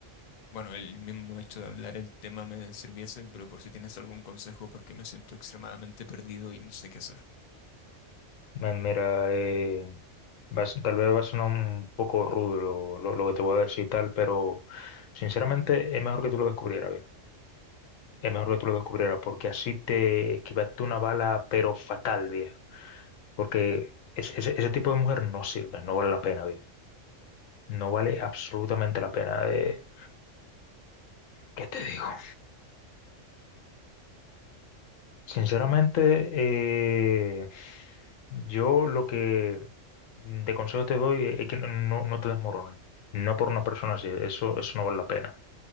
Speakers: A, on the left; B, on the left.
A: Bueno, el mismo hecho de hablar el tema me sirviese, pero por si tienes algún consejo, porque me siento extremadamente perdido y no sé qué hacer.
B: Me- Mira, eh, vas- tal vez va a sonar un poco rudo lo, lo- lo que te voy a decir y tal, pero sinceramente es mejor que tú lo descubrieras, Es mejor que tú lo descubrieras, porque así te esquivaste una bala, pero fatal, viejo. Porque ese, ese- ese tipo de mujer no sirve, no vale la pena, viejo. No vale absolutamente la pena. eh, ¿qué te digo? Sinceramente, eh, yo lo que de consejo te doy es que no, no no te desmorones. No por una persona así, eso, eso no vale la pena.